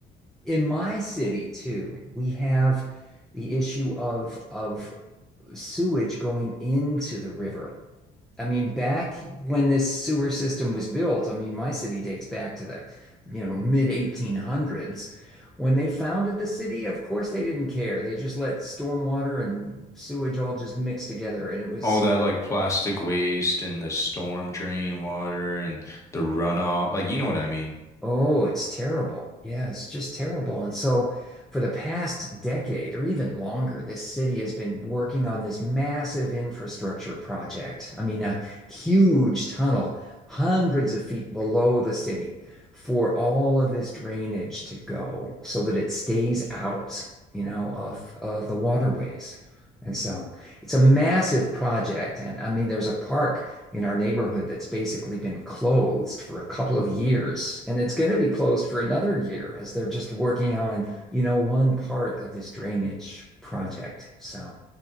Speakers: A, in the centre; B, on the left (about 15°).
A: In my city, too, we have the issue of of sewage going into the river. I mean, back when this sewer system was built, I mean, my city dates back to the, you know, mid 1800s. When they founded the city, of course they didn't care. They just let stormwater and sewage all just mix together, and it was
B: All that like plastic waste and the storm drain water and the runoff, like you know what I mean.
A: Oh, it's terrible. Yeah, it's just terrible. And so, for the past decade or even longer, this city has been working on this massive infrastructure project. I mean, a huge tunnel, hundreds of feet below the city, for all of this drainage to go so that it stays out, you know, of, of the waterways. And so, it's a massive project. And I mean, there's a park in our neighborhood that's basically been closed for a couple of years. And it's going to be closed for another year as they're just working on, you know, one part of this drainage project. So,